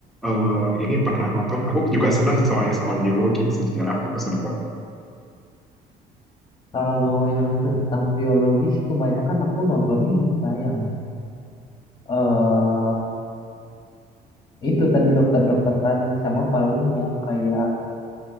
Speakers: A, in the centre; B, on the left.
A: eh, ini pernah nonton? Aku juga senang soalnya soal biologi, sejarah gitu senang banget.
B: Kalau yang tentang biologi sih kebanyakan aku nontonnya ini Kak, yang eh itu tadi dokter-dokter tadi sama paling yang kayak